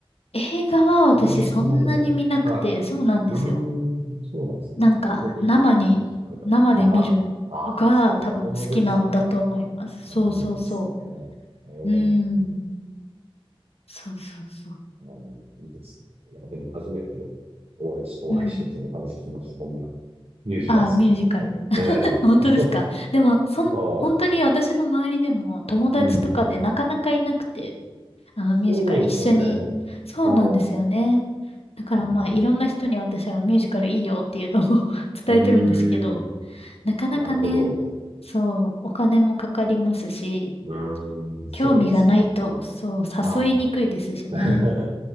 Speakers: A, on the left (about 85°); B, on the right (about 80°).
A: 映画は私そんなに見なくて、
B: えそんなのが。はい。
A: そうなんですよ。
B: うーん、そうなんですね。
A: なんか、
B: 本当にミュージカルだ。
A: 生に、生で見るのが多分好きなんだと思います。
B: 生。ああ、そ、その良さがあるんですね。
A: そうそうそ
B: えー、
A: う。うん。そうそうそう。
B: あの、いいですね。いや、でも初めてお会いし、お会いしましたよ。
A: うん。
B: お話聞きました。こんなミュージカル好きな人と。
A: あー、ミュージカル。<laughs>
B: ええ
A: 本当ですかでも、そん、
B: <laughs> まあ、
A: 本当に私の周りでも友達とかでなかなかいなくて、
B: うん。
A: あのミュージカル一緒に。
B: そうですよね。
A: そうなんですよね。
B: ああ、
A: だからまあいろんな人に私はミュージカルいいよっていうのを
B: うんうん。
A: <laughs> 伝えてるんですけど、
B: うーん。
A: なかなかね、
B: なるほど。
A: そう、お金もかかりますし、
B: うーん。そうですね。
A: 興味がないと、そう、
B: はい。
A: 誘いにくいですしね。
B: <laughs>